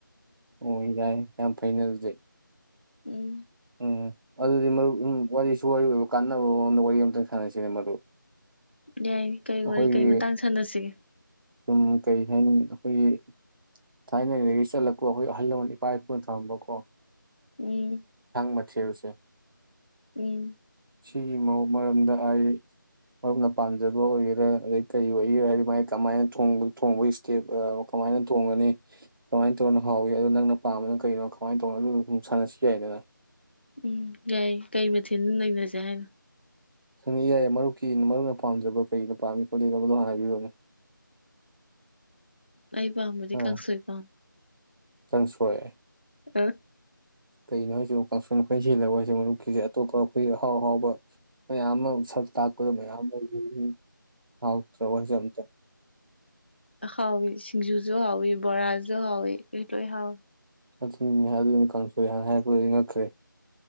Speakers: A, on the right; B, on the left.
A: ꯑꯣ ꯌꯥꯏ ꯌꯥꯝ ꯐꯩꯩꯅ ꯑꯗꯨꯖꯤꯛ
B: ꯎꯝ
A: ꯎꯝ ꯑꯗꯨꯗꯤ ꯃꯔꯨꯞ ꯎ ꯋꯥꯔꯤꯁꯨ ꯋꯥꯔꯤ ꯑꯣꯏꯕ ꯀꯥꯟꯅꯕ ꯃꯑꯣꯡꯗ ꯋꯥꯔꯤ ꯑꯃꯇꯪ ꯁꯥꯟꯅꯁꯤꯅꯦ ꯃꯔꯨꯞ
B: ꯌꯥꯏ ꯀꯔꯤ
A: ꯑꯩꯈꯣꯏꯒꯤ
B: ꯋꯥꯔꯤ ꯀꯔꯤ ꯃꯇꯥꯡ ꯁꯥꯟꯅꯁꯤꯒꯦ
A: ꯁꯨꯝ ꯀꯔꯤ ꯍꯥꯏꯅꯤ ꯑꯩꯈꯣꯏꯒꯤ ꯊꯥꯏꯅꯗꯒꯤ ꯆꯠꯂꯛꯀꯣ ꯑꯩꯈꯣꯏ ꯑꯍꯜ ꯂꯃꯟ ꯏꯄꯥ ꯏꯄꯨꯅ ꯊꯔꯝꯕꯀꯣ
B: ꯎꯝ
A: ꯃꯊꯔꯨꯁꯦ
B: ꯎꯝ
A: ꯁꯤꯒꯤ ꯃꯔꯝꯗ ꯑꯩ ꯃꯔꯨꯞꯅ ꯄꯥꯝꯖꯕ ꯑꯣꯏꯒꯦꯔꯥ ꯑꯗꯩ ꯀꯔꯤ ꯑꯣꯏꯒꯦꯔꯥ ꯍꯥꯏꯗꯤ ꯃꯥꯏ ꯀꯃꯥꯏꯅ ꯊꯣꯡ ꯀꯦꯞ ꯀꯃꯥꯏꯅ ꯊꯣꯡꯒꯅꯤ ꯀꯃꯥꯏꯅ ꯇꯧꯅ ꯍꯥꯎꯋꯤ ꯑꯣ ꯅꯪꯅ ꯄꯥꯝꯕꯗꯅ ꯀꯩꯅꯣ ꯀꯃꯥꯏ ꯇꯧꯅꯣ ꯑꯗꯨ ꯁ ꯁꯥꯟꯅꯁꯤ ꯌꯥꯏꯗꯅ
B: ꯎꯝ ꯌꯥꯏ ꯀꯩ ꯃꯊꯤꯟ ꯅꯩꯅꯁꯦ ꯍꯥꯏꯅꯣ
A: ꯁꯪꯉꯤ ꯌꯥꯏ ꯃꯔꯨꯞꯀꯤ ꯃꯔꯨꯞꯅ ꯄꯥꯝꯖꯕ ꯀꯔꯤꯩꯅ ꯄꯥꯝꯃꯤ ꯈꯣꯠꯂꯤꯕꯗꯣꯅ ꯍꯥꯏꯕꯤꯔꯣꯅꯦ
B: ꯑꯩ ꯄꯥꯝꯕꯗꯤ
A: ꯑꯥ
B: ꯀꯥꯡꯁꯣꯏ ꯄꯥꯝ
A: ꯀꯥꯡꯁꯣꯏ
B: ꯑ
A: ꯀꯩꯅꯣ ꯍꯥꯏꯁꯨ ꯀꯥꯡꯁꯟ ꯑꯩꯈꯣꯏꯁꯤꯦꯜꯜꯂꯒ ꯍꯥꯏꯁꯦ ꯃꯔꯨꯞꯀꯤꯁꯦ ꯑꯇꯣꯞꯄ ꯑꯩꯈꯣꯏ ꯑꯍꯥꯎ ꯑꯍꯥꯎꯕ ꯃꯌꯥꯝ ꯑꯃ ꯁꯛ ꯇꯥꯛꯄꯗ ꯃꯌꯥꯝ ꯂꯩꯔꯤ ꯍꯥꯎꯇ꯭ꯔ ꯋꯥ ꯍꯥꯏꯁꯦ ꯑꯝꯇ
B: ꯍꯥꯎꯋꯤ ꯁꯤꯡꯖꯨꯁꯨ ꯍꯥꯎꯋꯤ ꯕꯣꯔꯥꯁꯨ ꯍꯥꯎꯋꯤ ꯂꯣꯏ ꯍꯥꯎꯋꯤ
A: ꯆꯠꯅꯦ ꯍꯥꯏ ꯑꯗꯨꯅꯤ ꯀꯥꯡꯁꯣꯏ ꯍꯥꯏꯥꯟꯅ ꯍꯥꯏꯔꯛꯄꯗꯗꯒꯤ ꯉꯛꯈ꯭ꯔꯦ